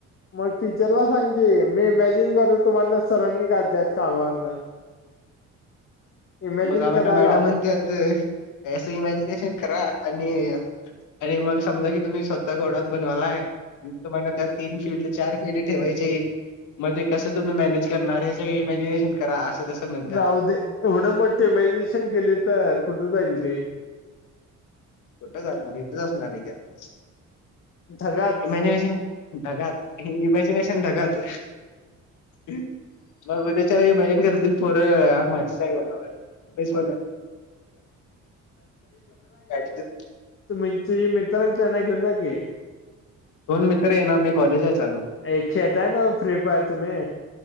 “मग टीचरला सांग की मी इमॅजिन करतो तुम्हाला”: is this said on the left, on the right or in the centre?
Left